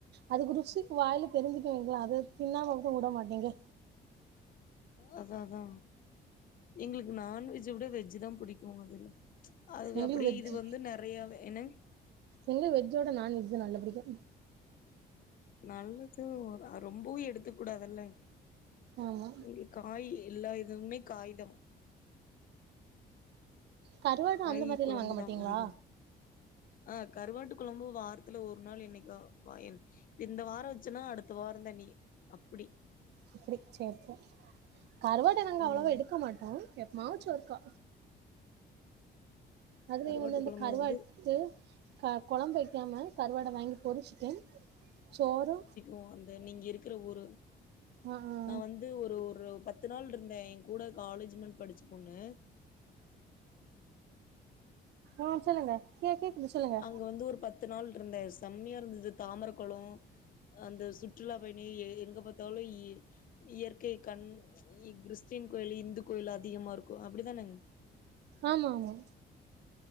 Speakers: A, on the right (about 75°); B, on the left (about 55°).
A: அதுக்கு ருசி வாயில தெரிஞ்சுட்டு வைங்ளே அத தின்னாம உடமாட் எங்க
B: அதா அதா எங்ளுக்கு நான்வெஜ்ஜ விட வெஜ் தா புடிக்கு மொதல அதுவெ
A: எங்களுக்கு
B: அப்டி
A: வெஜ்
B: இது வந்து நெறையாவே என்னங்
A: எங்ளு வெஜ்ஜோட நான்வெஜ் நல்ல பிடிக்கு
B: நல்லது அ ரொம்பவு எடுத்துக் கூடாதல்ல
A: ஆமா
B: இங்க காய் எல்லா இதுமே காயிதம்
A: கருவாடு
B: காய்
A: அந்த மாரிலாம்
B: கொழம்புதா
A: வாங்க மாட்டீங்களா
B: அதிகம் ஆ கருவாட்டு கொழம்பு வாரத்துல ஒரு நாள் என்னைக்கா வாயன் இந்த வாரொ வச்சன்னா அடுத்த வாரந்த இனி அப்டி
A: அப்டி சேரி சே கருவாட்ட நாங்க
B: ம்
A: அவ்ளவ எடுக்க மாட்டோ எப்பமாச்சு ஒருக்கா அதுலயு
B: கருவாட்டு
A: வந்து அந்த
B: கொழம்பு
A: கருவாட்
B: வந்து
A: எட்த்து கொழம்பு வைக்காம கருவாட வாங்கி பொறுச்ட்டு சோறு
B: ஓ அந்த நீங்க இருக்கிற ஊரு
A: ஆ ஆ
B: நா வந்து ஒரு ஒரு பத்து நாள் இருந்தே எ கூட காலேஜ் மென் படுச்ச பொண்ணு
A: ஆ சொல்லுங்க கே கேக்குது சொல்லுங்க
B: இங்க வந்து ஒரு பத்து நாள் இருந்தே செம்மயா இருந்தது தாமர கொளொ அந்த சுற்றுலா பயணி எ எங்க பாத்தாலு இ இயற்கை கண் இ கிறிஸ்டின் கோயில் இந்து கோயில் அதிகமா இருக்கும் அப்படிதானங்
A: ஆமா ஆமா